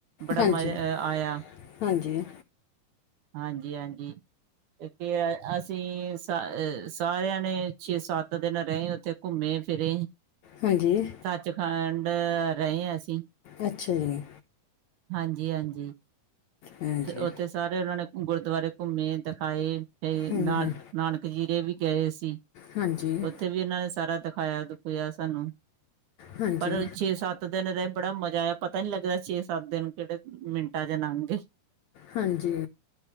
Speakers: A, on the right; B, on the left.
A: ਬੜਾ
B: ਹਾਂਜੀ
A: ਮਜ਼ਾ ਆਇਆ।
B: ਹਾਂਜੀ।
A: ਹਾਂਜੀ -ਹਾਂਜੀ। ਫੇਰ ਅਸੀਂ ਸ ਸਾਰਿਆਂ ਨੇ ਛੇ- ਸੱਤ ਦਿਨ ਰਹੇ। ਉਥੇ ਘੁੰਮੇ ਫਿਰੇ।
B: ਹਾਂਜੀ।
A: ਸੱਚਖੰਡ ਰਹੇ ਹ ਅਸੀਂ।
B: ਅੱਛਾ ਜੀ।
A: ਹਾਂਜੀ- ਹਾਂਜੀ
B: ਹਾਂਜੀ
A: ਉੱਥੇ ਸਾਰੇ ਉਹਨਾਂ ਨੇ ਗੁਰਦੁਆਰੇ ਘੁੰਮੇ ਦਿਖਾਏ। ਤੇ,
B: ਹਾਂਜੀ
A: ਨਾ ਨਾਨਕ ਜੀਰੇ ਵੀ ਗਏ ਸੀ।
B: ਹਾਂਜੀ
A: ਓਥੇ ਵੀ ਇਨਾਂ ਨੇ ਸਾਰਾ ਦਖਾਇਆ- ਦਖੂਇਆ ਸਾਨੂੰ।
B: ਹਾਂਜੀ
A: ਪਰ ਛੇ- ਸੱਤ- ਸੱਤ ਦਿਨ ਰਏਂ। ਬੜਾ ਮਜ਼ਾ ਆਇਆ ਪਤਾ ਨੀ ਲੱਗਦਾ ਛੇ ਸੱਤ ਦਿਨ ਕੇੜੇ ਮਿੰਟਾਂ' ਚ ਨੰਗਗੇ।
B: ਹਾਂਜੀ